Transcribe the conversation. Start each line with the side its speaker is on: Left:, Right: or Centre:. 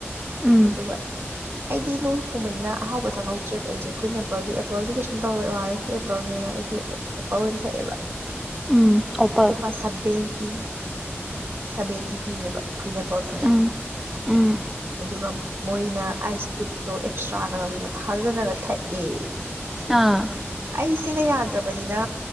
Centre: ꯎꯝ
Right: ꯑꯗꯨꯒ ꯑꯩꯗꯤ ꯂꯣꯡ ꯊꯣꯡꯕꯅꯤꯅ ꯑꯍꯥꯎꯕ ꯊꯛꯍꯧꯗ꯭ꯔꯦꯕ ꯑꯩꯁꯦ ꯑꯩꯈꯣꯏ ꯅꯦꯄꯜꯗꯤ ꯑꯦꯄꯜꯗꯤ ꯀꯩꯁꯨꯝ ꯇꯧꯔꯣꯏ ꯑ‌ꯣ ꯑꯔ ꯑ‌ꯦꯁ ꯄꯥꯔꯛꯇꯧꯅꯤꯅ ꯑꯩꯗꯤ ꯑ‌ꯦꯄꯜ ꯑꯣꯏꯅ ꯊꯛꯑꯦꯕ
Centre: ꯎꯝ ꯑꯣꯄꯜ
Right: ꯂꯨꯄꯥ ꯁ‌ꯦꯚ‌ꯦꯟꯇꯤ ꯁꯕꯦꯟꯇꯤ ꯄꯤꯔꯦꯕ ꯒ꯭ꯔꯤꯟ ꯑ‌ꯦꯄꯜꯗꯨꯅ
Centre: ꯎꯝ ꯎꯝ
Right: ꯑꯗꯨꯒ ꯃꯣꯏꯅ ꯑꯥꯏꯁ ꯀ꯭ꯌꯨꯕꯇꯣ ꯑꯦꯛꯁꯇ꯭ꯔꯥꯒ ꯂꯧꯧꯗꯅ ꯊꯥꯗꯅꯒ ꯊꯛꯑꯦ
Centre: ꯑꯥ
Right: ꯑꯩꯁꯤꯅ ꯌꯥꯗ꯭ꯔꯕꯅꯤꯅ